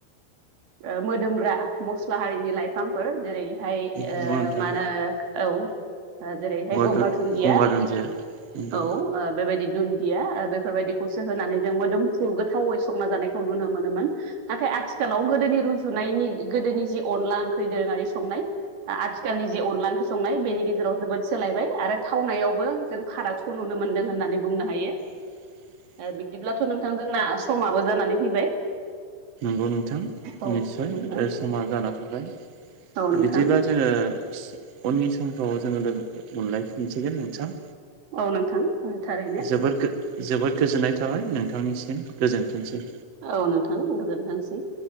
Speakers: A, on the right; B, on the right.
A: ओ मोदोमग्रा मस्ला हारिनि लाइफांफोर जेरै हाय ओ
B: नंगौ नोंथां
A: मा होनो औ ओ जेरैहाय गंगार
B: दुन
A: धुन्दिया
B: गंगार दुन्दिया नंगौ
A: औ ओ बेबायदि दुन्दिया ओ बेफोरबायदिखौसो होनानै जों मोदोम फ्रु गोथावै संना जानायखौ नुनो मोनोमोन। नाथाय आथिखालाव गोदोनि रुजुनायनि गोदोनि जि अनला ओंख्रि दोरोङारि संनाय आथिखालनि जि अनला ओंख्रि संनाय बेनि गेजेराव जोबोद सोलायबाय आरो थावनायावबो जों फाराग खौ नुनो मोनदों होननानै बुंनो हायो।
B: <inaudible>
A: ओ बिब्दिब्लाथ' नोंथां जोंना समाबो जानानै फैबाय
B: नंगौ नोंथां
A: औ
B: निस्सय
A: नोंथां
B: ओ समा जाना फैबाय
A: औ नोंथां
B: बिदिब्ला जोङो उननि समफ्राव जोङो लोगो मोनलायफिनसिगोन नोंथां।
A: औ नोंथां थारैनो
B: जोबोर गो जोबोद गोजोननाय थाबाय नोंथांनिसिम गोजोनथोंसै।
A: औ नोंथां गोजोनथोंसै।